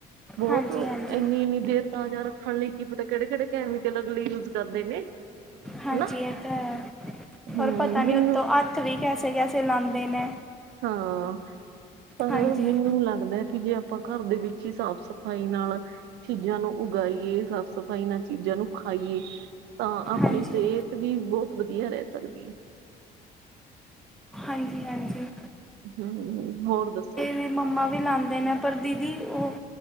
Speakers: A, on the right (about 85°); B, in the centre.
A: ਬੋਹੋਤ
B: ਹਾਂਜੀ ਹਾਂਜੀ
A: ਏਨੀ-ਏਨੀ ਦੇਰ ਤਾਜਾ ਰੱਖਣ ਲਈ ਕਿ ਪਤਾ ਕੇੜੇ- ਕੇੜੇ ਕੈਮੀਕਲ ਅਗਲੇ ਯੂਜ਼ ਕਰਦੇ ਨੇ।
B: ਹਾਂਜੀ
A: ਹਨਾ
B: ਏ ਤਾਂ ਹੈ,
A: ਹੂੰ
B: ਹੋਰ ਪਤਾ ਨੀ
A: ਮੈਨੂੰ
B: ਉੱਤੋਂ ਹੱਥ ਵੀ ਕੈਸੇ-ਕੈਸੇ ਲਾਂਦੇ ਨੇ।
A: ਹਾਂ, ਪਰ
B: ਹਾਂਜੀ
A: ਮਿਨੂੰ ਲੱਗਦੈ ਜੇ ਆਪਾਂ ਘਰ ਦੇ ਵਿੱਚ ਹੀ ਸਾਫ਼ ਸਫ਼ਾਈ ਨਾਲ ਚੀਜ਼ਾਂ ਨੂੰ ਉਗਾਈਏ, ਸਾਫ਼-ਸਫ਼ਾਈ ਨਾਲ ਚੀਜ਼ਾਂ ਨੂੰ ਖਾਈਏ ਤਾਂ ਆਪਣੀ
B: ਹਾਂਜੀ
A: ਸੇਹਤ ਵੀ ਬੋਹ ਵਧੀਆ ਰਹਿ ਸਕਦੀ ਏ।
B: ਹਾਂਜੀ-ਹਾਂਜੀ।
A: ਹੁੰ, ਹੋਰ ਦੱਸੋ।
B: ਮੇਰੀ ਮੰਮਾ ਵੀ ਲਾਂਦੇ ਨੇ ਪਰ, ਦੀਦੀ ਉਹ